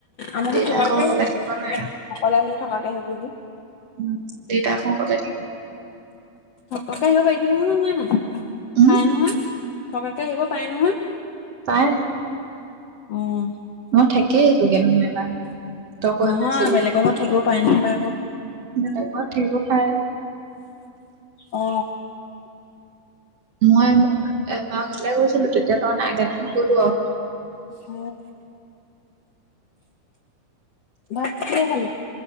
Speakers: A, on the left; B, on the right.
A: আমাৰো
B: দেউতা
A: থকাকে
B: আকৌ অকলে
A: আহ
B: থাকিব নোৱাৰে
A: অকলে আহিলে থকাকে আহিবি। বি
B: উম দেতাক ক কলে থ
A: থকাকে আহিব পাৰিবি নহয় হয় নাই
B: উম
A: পায় নহয় থকাকে আহিব পায় নহয়।
B: তাই
A: উম।
B: মই থাকি আহিছোগে নহয় এবা ত‌ই কোৱা
A: নহয়
B: নাছিলি
A: বেলেগৰ ঘৰত থাকিব পাৰে নাপায় আকৌ
B: বেলেগৰ থাকিব পায়
A: অ।
B: মই এবাৰ ঘৰলে গৈছিলো তেতিয়া তই নাই কাৰণে নগলো আৰু
A: হ। ভাত কিহে খালি?